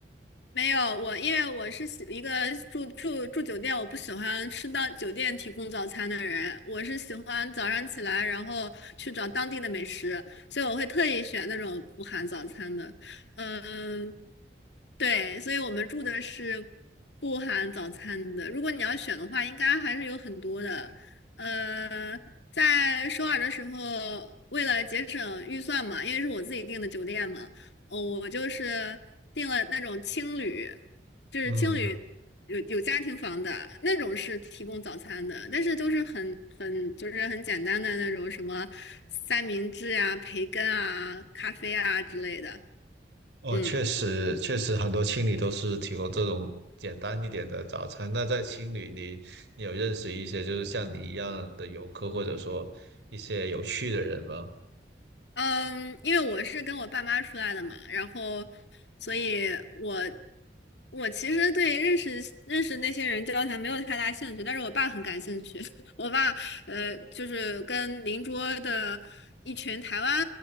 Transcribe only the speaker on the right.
嗯。
哦，
确实，确实很多青旅都是提供这种简单一点的早餐。那在青旅里，你有认识一些就是像你一样的游客，或者说一些有趣的人吗？